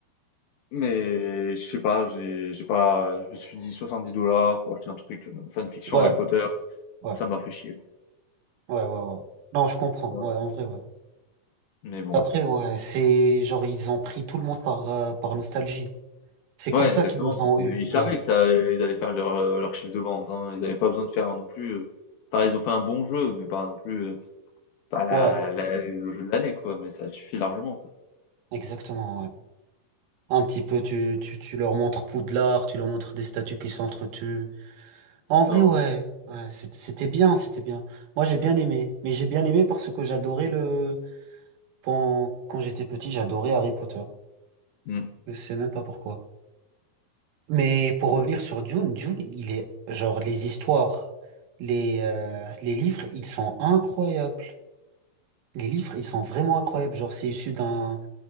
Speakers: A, on the left; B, on the right.
A: Mais je sais pas, j'ai, j'ai pas, je me suis dit 70 dollars pour acheter un truc euh, fanfiction
B: Ouais,
A: Harry Potter,
B: ouais,
A: ça m'a fait chier quoi.
B: ouais, ouais, ouais. Non, je comprends.
A: Ça m'a-
B: Ouais, en vrai, ouais.
A: Mais bon,
B: Après, ouais, c'est genre ils ont pris tout le monde par, euh, par nostalgie. C'est comme
A: ouais,
B: ça
A: exactement.
B: qu'ils nous ont
A: Euh,
B: eu.
A: Ils savaient
B: Ouais,
A: que ça, ils allaient faire leur, euh, leur chiffre de vente. hein. Ils n'avaient pas besoin de faire non plus. euh, Enfin, ils ont fait un bon jeu, mais pas non plus euh, pas la,
B: ouais,
A: la- le jeu de l'année quoi. Mais ça suffit largement quoi.
B: exactement, ouais. Un petit peu, tu, tu, tu leur montres Poudlard, tu leur montres des statues qui s'entretuent.
A: C'est
B: En
A: ça.
B: vrai,
A: hein.
B: ouais, ouais, c'est- c'était bien, c'était bien. Moi, j'ai bien aimé. Mais j'ai bien aimé parce que j'adorais le, Quand, quand j'étais petit, j'adorais Harry Potter.
A: Mm.
B: Je sais même pas pourquoi. Mais pour revenir sur Dune, Dune, il est genre les histoires, les, euh, les livres, ils sont incroyables. Les livres, ils sont vraiment incroyables. Genre, c'est issu d'un